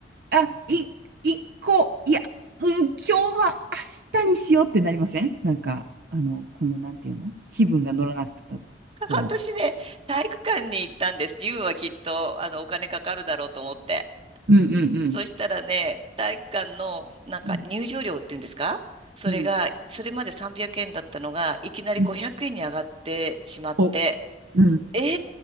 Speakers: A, on the right; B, on the right.
A: あ、い、一個、いや、うん、今日は明日にしようってなりませんなんか、あの、この、なんていうの気分が乗らなくて、こ
B: 私ね、体育館に行ったんです。ジムはきっと、あの、お金かかるだろうと思って。
A: う。うんうんうん。
B: そしたらね、体育館の、なんか入場料っていうんですかそれが、
A: うんうん
B: それまで300円だったのが、いきなり500円に上がってしまって、
A: うん。お、うん。
B: え、